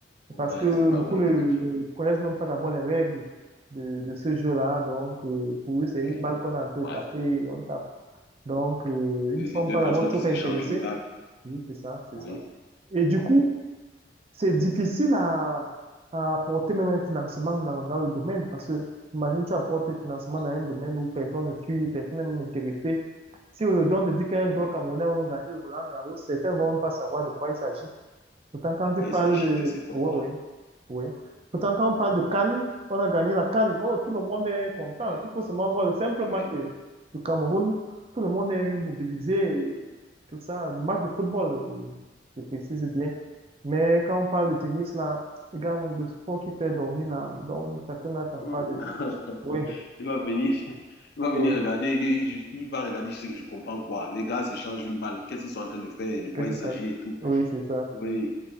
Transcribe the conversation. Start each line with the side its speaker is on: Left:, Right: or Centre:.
Left: Ouais,
Right: parce que
Left: c'est pas
Right: beaucoup
Left: oui,
Right: ne,
Left: effectivement.
Right: ne connaissent même pas d'abord les règles de, de ce jeu-là. Donc, euh, pour eux, c'est
Left: Oui.
Right: une balle qu'on est en train
Left: Ouais.
Right: de taper, on tape. Donc, euh, ils
Left: Deux
Right: ne sont
Left: deux
Right: pas
Left: personnes
Right: d'abord trop
Left: qui s'échangent
Right: intéressés.
Left: une balle.
Right: Oui, c'est ça, c'est
Left: Oui.
Right: ça. Et du coup, c'est difficile à, à apporter même un financement dans, dans le domaine parce que, imagine, tu apportes un financement dans un domaine où personne ne suit, personne n'est même intéressé. Si aujourd'hui on te dit qu'un
Left: Mhm.
Right: joueur camerounais va même gagner le Roland Garros, certains vont même pas savoir de quoi il s'agit. Pourtant, quand
Left: De quoi
Right: tu parles
Left: il s'agit?
Right: de...
Left: Que c'est quoi,
Right: Oui,
Left: Roland?
Right: oui, oui. Pourtant, quand on parle de Cannes, on a gagné la Cannes. Oh, tout le monde est content.
Left: Oui.
Right: Il faut seulement voir le simple match
Left: Oui.
Right: de- du Cameroun. Tout le monde est mobilisé. Tout ça, le match de football, euh, je précise bien. Mais quand on parle de tennis, là, les gars, le sport qui fait dormir, là, donc chacun a sa
Left: Mhm.
Right: part de...
Left: <laughs>
Right: Oui,
Left: Il va venir, <laughs> il va
Right: oui,
Left: venir regarder, il je- il va regarder, je sais que je comprends quoi. Les gars s'échangent une balle, qu'est-ce qu'ils sont en train de faire, de quoi
Right: que c'est
Left: il s'agit
Right: ça.
Left: et tout.
Right: Oui, c'est ça.
Left: Oui.